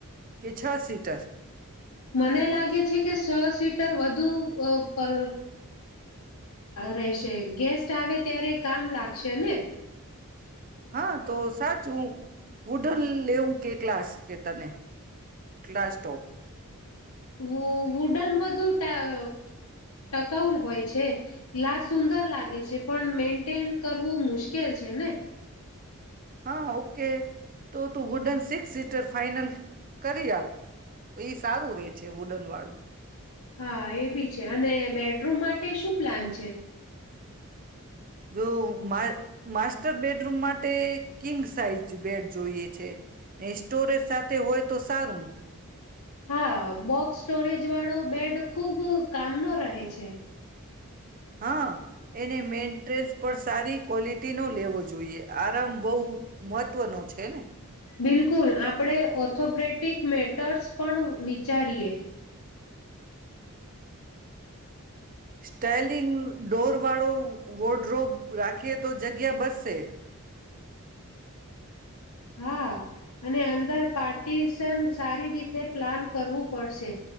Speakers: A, on the right (about 40°); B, on the left (about 85°).
A: કે છ સીટર
B: મને લાગે છે કે સ સીટર વધુ. અ ઉપ પ્ર. રહેશે ગેસ્ટ આવે. અત્યારે કામ લાગશે ને.
A: હા તો સાચ હું. વુડન લેવું કે. ક્લાસ કે તને. ક્લાસ ટોપ
B: વ વુડન વ. બું ટ ટકાઉલ હોય છે લ્ાશ સુંદર લાગે છે પણ મેન્ટેન કરવું મુશ્કેલ છે ને.
A: હા ઓકે તો તું વુડન સિક્સ સીટર ફાાઈનલ. કરી આપ તો એ સારું રે છે. વડનવાળું.
B: હા એ બી છે અને બેડરૂમ માટે શું પ્લાન છે.
A: જો મા માસ્ટર બેડરૂમ માટે કિંગ સાઈઝ બેડ જોઈએ છે. ને સ્ટોરેજ સાથે હોય તો સારું.
B: હા બોક્સ સ્ટોરેજ વાળો બેડ ખુબ કામનો રહે છે.
A: હા એને મેન્ટન્સ પણ સારી ક્વોલિટી નો. લવો જોઈએ. આરામ બહુ મહત્વનોો છે ને.
B: બિલકુલ આપણે ઓથોપ્રેટિક મેટર્સ પણ વિચારીએ.
A: સ્ટાલિન ડોરવ. વળ. વોડ્રો રાખીએ તો જગ્યા બસ. તે.
B: હા અને અંદર. પાર્ટિશન સારી રીતે પ્લાન કરવું પડશે